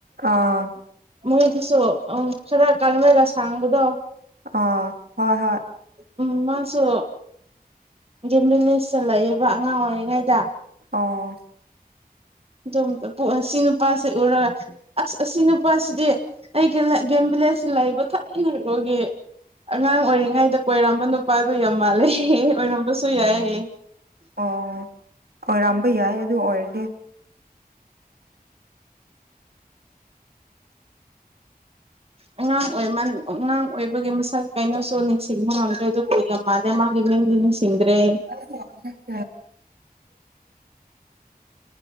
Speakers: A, on the right; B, on the right.
A: ꯑꯥ꯫
B: ꯃꯣꯏꯗꯨꯁꯨ ꯑꯪ ꯈꯔ ꯀꯥꯡꯔꯒ ꯁꯥꯡꯕꯗꯣ꯫
A: ꯑꯥ ꯍꯣꯏ ꯍꯣꯏ꯫
B: ꯎꯝ ꯃꯥꯁꯨ ꯒꯦꯝꯕꯤꯂꯦꯖꯇ ꯂꯩꯌꯦꯕ ꯑꯉꯥꯡ ꯑꯣꯏꯔꯤꯉꯩꯗ꯫
A: ꯑꯣ꯫
B: ꯑꯗꯨꯝꯇ ꯄꯨꯛ ꯑ ꯁꯤ ꯅꯨꯄꯥꯁꯤ ꯎꯔꯒ ꯑꯁ ꯑꯁꯤ ꯅꯨꯄꯥꯁꯤꯗꯤ ꯑꯩꯒꯤꯂ ꯒꯦꯝ ꯚꯤꯂꯦꯖ ꯂꯩꯕ ꯊꯥꯏꯅ ꯏꯒꯣꯜꯒꯤ ꯑꯉꯥꯡ ꯑꯣꯏꯔꯤꯉꯩꯗꯛ ꯀꯣꯏꯔꯝꯕ ꯅꯨꯄꯥꯗꯣ ꯌꯥꯝ ꯃꯥꯜꯂꯦ <unintelligible> ꯑꯣꯏꯔꯝꯕꯁꯨ ꯌꯥꯏ ꯍꯩꯌ <unintelligible> ꯦ
A: ꯑꯣ ꯑꯣꯏꯔꯝꯕ ꯌꯥꯏ ꯑꯗꯨ ꯑꯣꯏꯔꯗꯤ꯫
B: ꯑꯉꯥꯡ ꯑꯣꯏꯃꯟ ꯑꯉꯥꯡ ꯑꯣꯏꯕꯒꯤ ꯃꯁꯛ ꯀꯩꯅꯣꯁꯨ ꯅꯤꯡꯁꯤꯡꯕ ꯉꯝꯗ꯭ꯔꯦ ꯑꯗꯨꯕꯨ ꯌꯥꯝ ꯃꯥꯜꯂꯦ ꯃꯥ ꯅꯤꯡꯗꯤ ꯅꯤꯡꯁꯤꯡꯗ꯭ꯔꯦ꯫
A: <unintelligible> <inaudible>